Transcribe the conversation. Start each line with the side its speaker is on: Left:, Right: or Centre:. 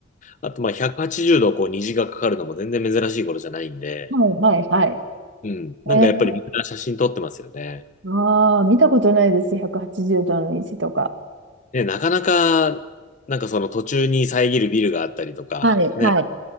Left: あと、まあ、180度こう虹がかかるのも全然珍しい頃じゃないんで、
Right: はい。はい。はい。
Left: うん。なんかやっぱりみんな写真撮ってますよね。
Right: えー、ああ、見たことないです。180度の虹とか。
Left: ね、なかなか、なんかその途中に遮るビルがあったりとか、
Right: はい。
Left: ね、
Right: はい。